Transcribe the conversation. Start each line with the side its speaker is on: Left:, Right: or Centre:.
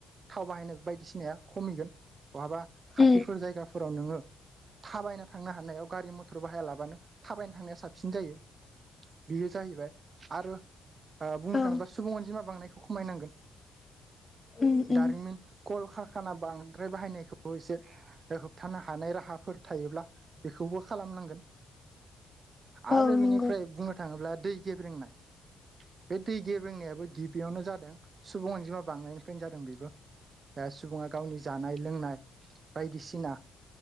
Right: थाव बाहायनाय बायदिसिनाया खमिगोन बहाबा खाथिफोर
Left: उम
Right: जायगाफोराव नोङो थाबायनो थांनो हानायाव गारि मथर बाहाया लाबानो थाबायना थांनाय साबसिन जायो बेयो जाहैबाय आरो ओ बुंनो
Left: औ
Right: थाङोबा सुबुं अनजिमा बांनायखौ खमायनांगोन
Left: उम
Right: दारिमिन
Left: उम
Right: कल कारखाना बांद्राय बाहायनायखौबो एसे होबथानो हानाय राहाफोर थायोब्ला बेखौबो खालामनांगोन। आरो
Left: औ नंगौ
Right: बेनिफ्राय बुंनो थाङोब्ला दै गेब्रेंनाय बे दै गेब्रेंनायाबो गिबियावनो जादों सुब अनजिमा बांनायनिफ्रायनो जादों बेबो। दा सुबुङा गावनि जानाय लोंनाय बायदिसिना